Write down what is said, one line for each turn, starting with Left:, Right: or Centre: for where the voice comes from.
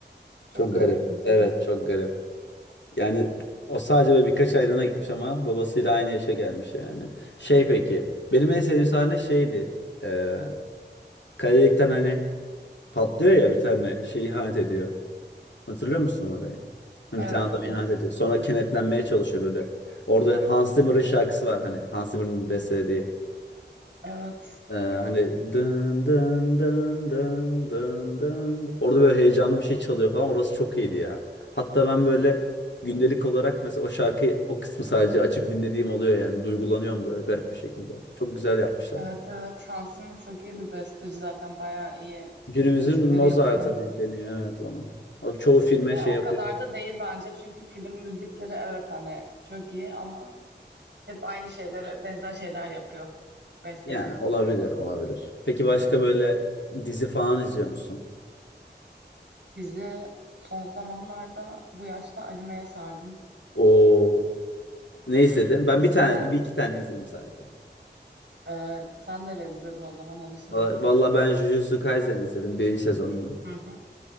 Right: Çok
Left: Çok
Right: garip
Left: garip.
Right: bir durum.
Left: Evet çok garip. Yani o sadece böyle birkaç aylığına gitmiş ama babasıyla aynı yaşa gelmiş yani. Şey peki. Benim en sevdiğim sahne şeydi. Ee, kaledelikten hani patlıyor ya bir tane şey ihanet ediyor. Hatırlıyor musun orayı? Bir
Right: Evet,
Left: tane adam
Right: evet,
Left: ihanet ediyor. Sonra kenetlenmeye çalışıyor böyle. Orada Hans Zimmer'ın şarkısı var hani. Hans Zimmer'ın bestelediği.
Right: evet.
Left: Ee, hani dın dın dın dın dın dın. Orada böyle heyecanlı bir şey çalıyor falan. Orası çok iyiydi ya. Hatta ben böyle gündelik olarak mesela o şarkıyı o kısmı sadece açıp dinlediğim oluyor yani. Duygulanıyorum böyle garip bir şekilde. Çok güzel yapmışlar.
Right: Evet,
Left: ya.
Right: evet. Hans Zimmer çok iyi bir besteci zaten. Bayağı iyi
Left: Günümüzün
Right: film müzikleri
Left: Mozart'ı
Right: yapıyor.
Left: di- deniyor evet ona. O çoğu filme
Right: Yani
Left: şey
Right: o
Left: yapıyor.
Right: kadar da değil bence. Çünkü film müzikleri evet hani çok iyi ama hep aynı şeylere benzer şeyler yapıyor. Bestecilik
Left: Yani olabilir
Right: olarak.
Left: olabilir. Peki başka
Right: Yani
Left: böyle dizi falan izliyor musun?
Right: dizi son zamanlarda bu yaşta animeye sardım.
Left: O ne
Right: <gasps>
Left: izledin? Ben
Right: Eskiden
Left: bir tane bir iki tane izledim sadece.
Right: e, sen neler izledin o zaman onu söyle
Left: Valla
Right: de.
Left: valla ben Jujutsu Kaisen izledim birinci sezonunu.
Right: Hı hı.